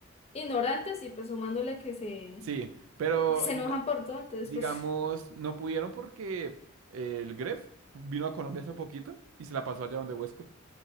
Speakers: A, on the left (about 30°); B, on the right (about 80°).
A: ignorantes y pues sumándole que se,
B: Sí, pero
A: se
B: diga-
A: enojan por todo, entonces
B: digamos,
A: pues <laughs>
B: no pudieron porque eh, el Gref vino a Colombia hace poquito y se la pasó allá donde Huescol.